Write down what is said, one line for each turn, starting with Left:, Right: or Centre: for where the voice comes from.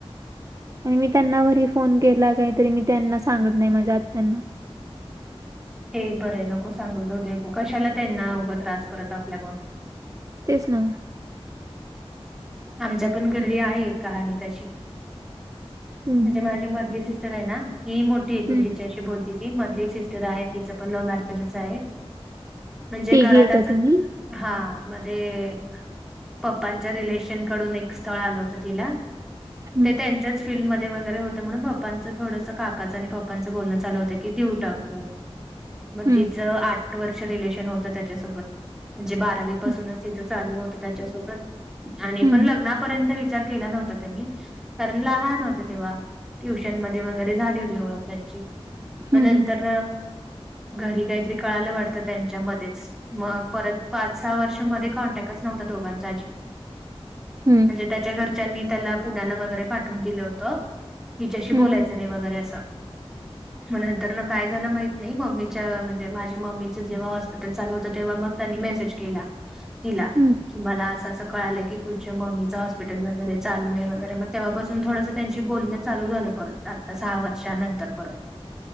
Right: आणि मी त्यांनावरही फोन केला काहीतरी मी त्यांना सांगत नाही माझ्या आत्यांना.
Centre: ते बरं आहे नको सांगू जाऊ देू कशाला त्यांना अवघं त्रास परत आपल्या मुळ.
Right: तेच ना!
Centre: आमच्या पण घरीली आहे कहा आणि तशी,
Right: हं,
Centre: म्हणजे
Right: हं,
Centre: माझी मधली सिस्टर आहे ना ही मोठी आहे तु
Right: हं.
Centre: जिच्या. बोलती ती मधली सिस्टर आहे तिचं पण लव्ह मॅरेजच आहे. म्हणजे
Right: तिघी
Centre: घरात
Right: आहे का
Centre: अस
Right: तुम्ही?
Centre: हा मध्ये, पप्पांच्या रिलेशन कडून एक स्थळ आलं होतं तिला.
Right: हं,
Centre: ते त्यांच्याच फीलडमध्ये वगैरे होते म्हणून. पांच थोडस काकाच आणि पप्पांचं बोलणं चाल होत की देऊ टाकू मग
Right: हं,
Centre: तिचं आठ आठ वर्ष रिलेशन होत त्याच्यासोबत म्हणजे बारावी पासूनच
Right: हं,
Centre: तिचं चालू होतं त्याच्या स आणि
Right: हं,
Centre: पण लग्नापर्यंत विचार केला नव्हता त्यांनी. करण लहान होते तेव्हा ट्युशन मध्ये वगैरे झाली होती ओळख त्यांची.
Right: हं,
Centre: मग नंतर
Right: हं,
Centre: घरी काहीतरी कळायला वाटतं त्यांच्यामध्येच. मग परत पाच सहा वर्षमध्ये कॉन्टॅक्टच नव्हता दोघांचा.
Right: हं,
Centre: म्हणजे त्याच्या घर नी त्याला पुला वगैरे पाठवून दिलं होत. हिच्याशी बोलायचं
Right: हं, हं,
Centre: नाही वगैरे असं. मग नंतर ना काय झालं माहत नाही मम्मीच्या म्हणजे माझे मम्मीचं जेव्हा. चाललं होतं मग तेव्हा मग त्यांनी मेसेज केला. हिला
Right: हं.
Centre: मला आज असं कळालं की तुझे म्मीं हॉस्पिटल वगैरे चालू आहे. वगैरेग ते्हापसून थोडं त्यांची बोलण चालू झालं. परत आता सहा वर्ष नंतर परत.